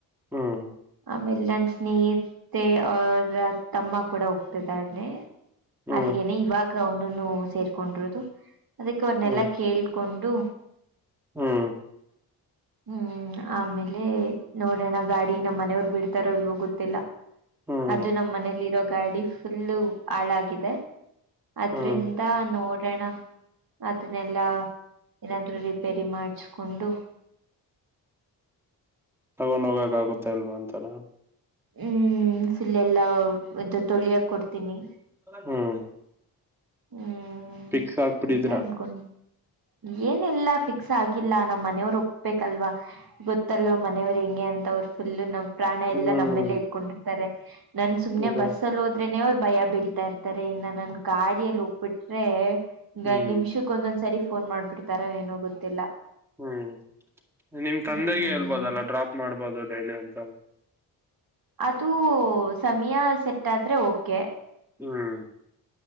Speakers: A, in the centre; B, on the right (about 55°).
A: ಹ್ಮ್.
B: ಆಮೇಲ್ ನನ್ ಸ್ನೇಹಿತೆ ಅವರ ತಮ್ಮ ಕೂಡ ಹೋಗ್ತಿದಾನೆ.
A: ಹ್ಮ್
B: ಅಲ್ಲಿಗೆೇನೆ ಇವಾಗ ಅವನುನು ಸೇರ್ಕೊಂಡಿರರುದು ಅದಕ್ಕೆ ಅವ್ರನ್ನೆಲ್ಲಾ
A: ಹ್ಮ್
B: ಕೇಳ್ಕೊಂಡ್ ಡು.
A: ಹ್ಮ್.
B: ಹ್ಮ್ ಆಮೇಲೆ ನೋಡೋಣ ಗಾಡಿ ನಮ್ಮ್ ಮನೆಯವರು ಬಿಡ್ತಾರ ಇಲ್ಲೋ ಗೊತ್ತಿಲ್ಲ.
A: ಹ್ಮ್
B: ಅದು
A: ಹ್ಮ್
B: ನಮ್ಮ್ ಮನೆಯಲ್ಲಿ ಇರೋ ಗಾಡಿ ಫುಲ್ಲು ಹಾಳಾಗಿದೆ. ಅದ್ರಿಂದ
A: ಹ್ಮ್
B: ನೋಡೋಣ ಅದನ್ನೆಲ್ಲಾ ಏನಾದ್ರು ರಿಪೇರಿ ಮಾಡಿಸಿಕೊಂಡು
A: ತಗೊಂಡ್ ಹೋಗಕ್ ಆಗುತ್ತ ಇಲ್ವಾ ಅಂತನಾ
B: ಹ್ಮ್ ಫುಲ್ ಎಲ್ಲಾ ಇದು ತೊಳಿಯಕ್ ಕೊಡ್ತೀನಿ.
A: ಹ್ಮ್
B: ಹ್ಮ್
A: ಫಿಕ್ಸ್ ಆಗ್ಬಿಟ್ಟಿದೀರ
B: ಅಂತ ಅನ್ಕೊಂಡಿನಿ. ಏನಿಲ್ಲ ಫಿಕ್ಸ್ ಆಗಿಲ್ಲ ನಮ್ಮ್ ಮನೆಯವರು ಒಪ್ಬೇಕಲ್ವಾ ಗೊತ್ತಲ್ವಾ ಮನೆಯವರು ಹೆಂಗೆ ಅಂತಾ ಫುಲ ಎಲ್ಲಾ ನಮ್ಮ ಪ್ರಾಣ ಎಲ್ಲ
A: ಹ್ಮ್
B: ನಮ್ಮೇಲೆ ಇಟ್ಕೊಂಡಿರ್ತಾರೆ. ನಾನ್ ಸುಮ್ಮನೆ
A: ಅದೇ
B: ಬಸ್ಸಲ್ಲಿ ಹೋದ್ರೆನೆ ಅವ್ ಭಯ ಬೀಳ್ತಾ ಇರ್ತಾರೆ ಇನ್ನ ನನ್ ಗಾಡಿಯಲ್ಲಿ ಹೋಗ್ಬಿಟ್ರೆ
A: ಹ್ಮ್
B: ನಿಮಿಷಕ್ಕ ಒಂದೊಂದ ಸಾರಿ ಫೋನ್ ಮಾಡ್ಬಿಡ್ತಾರೋ ಏನೋ ಗೊತ್ತಿಲ್ಲ.
A: ಹ್ಮ್ ನಿಮ್ಮ ತಂದೆಗೆ
B: ಹ್ಮ್
A: ಹೇಳ್ಬೋದಲ್ಲ ಡ್ರಾಪ್ ಮಾಡ್ಬೋದು ಡೈಲಿ ಅಂತ.
B: ಅದು ಸಮಯ ಸೆಟ್ ಆದ್ರೆ ಓಕೆ.
A: ಹ್ಮ್.